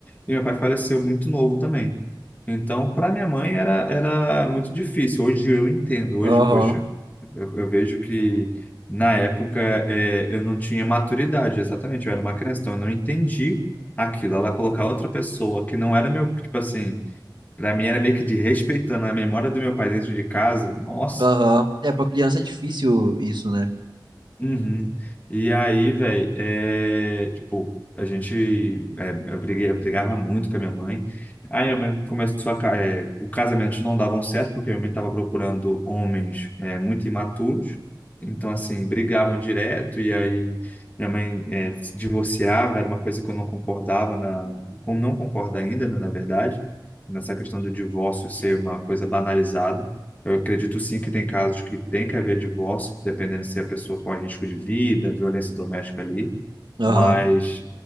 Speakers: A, on the left; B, on the right.
A: e meu pai faleceu muito novo também. Então, para minha mãe era, era muito difícil. Hoje eu entendo, hoje,
B: aham,
A: poxa, eu, eu vejo que na época é, eu não tinha maturidade, exatamente, eu era uma criança, então eu não entendi aquilo. Ela colocar outra pessoa que não era meu, tipo assim, para mim era meio que de respeitando a memória do meu pai dentro de casa. Nossa,
B: aham. É, pra criança é difícil isso, né?
A: Uhum. E aí, velho, é, tipo, a gente, é, eu briguei, eu brigava muito com a minha mãe. Aí a minha mãe começou a, ca- é, o casamento não davam certo, porque a minha mãe estava procurando homens, é, muito imaturos. Então, assim, brigavam direto, e aí minha mãe, é, se divorciava, era uma coisa que eu não concordava, na, como não concordo ainda, né, na verdade, nessa questão do divórcio ser uma coisa banalizada. Eu acredito sim que tem casos que tem que haver divórcio, dependendo se a pessoa corre risco de vida, violência doméstica ali,
B: Aham.
A: mas